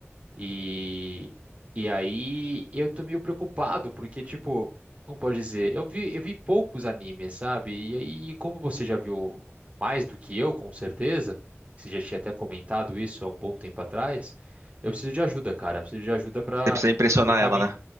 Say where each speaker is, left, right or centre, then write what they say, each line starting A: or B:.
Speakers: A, on the right (about 30°); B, on the right (about 85°).
A: E, e aí eu tô meio preocupado, porque, tipo, como pode dizer, eu vi, eu vi poucos animes, sabe? E aí, como você já viu mais do que eu, com certeza, você já tinha até comentado isso há um bom tempo atrás, eu preciso de ajuda, cara. Eu preciso de ajuda pra
B: Você precisa impressionar
A: tentar
B: ela,
A: me,
B: né?